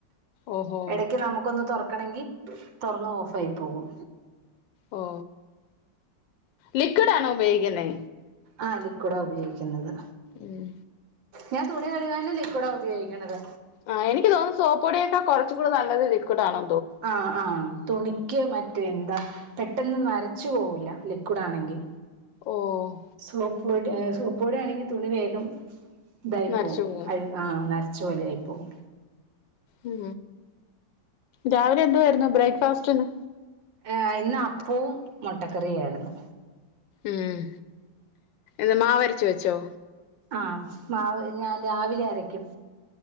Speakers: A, on the left; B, on the right.
A: ഓഹോ
B: ഇടക്ക് നമുക്കൊന്ന് തുറക്ക ണെങ്കി തുറന്ന് ഓഫയി പോകും
A: ഓ ലിക്വിഡ് ആണോ ഉപയോഗിക്കുന്നേ
B: ആ ലിക്ഡാ ഉപയോഗിക്കുന്നത്
A: ഉം
B: ഞാൻ തുണി വഴുകെ ലക്കൂഡാ ഉപയോഗിക്കും ത്
A: ആ് എനിക്ക് തോന്ന സപ്പൊടിയൊക്കെ കുറച്ചും കൂടി നല്ലത് ഇൽക്കൂടാണോ
B: ആഹ ആഹ തുണിക് മറ്റേ എന്താ പെട്ടെന്ന് നരച്ചു പോവൂല്ല ലിക്വിഡ് ആണെങ്കിൽ
A: ഓഹ്
B: സ്ലോക <unintelligible> സോ പൊടി ആണെങ്കിൽ തുണി വേഗം ഇതായിപ്പോ
A: നരച്ചു പോവും
B: അ ആഹ് നരച്ച പോലെ ആയിപ്പോ പ്പോ
A: ഉ രാവിലെ എന്ത് വരുന്നു ബ്രേക്ക്ഫാസ്റ്റന്ന്
B: ഏഹ് ഇന്ന് അപ്പവും മുട്ടക്കറിയാ യിരുന്നു
A: ഉം എാ മാവ് അരച്ച് വെച്ചോ?
B: ആഹ മാവ ഞാൻ രാവിലെ അരയ്ക്കും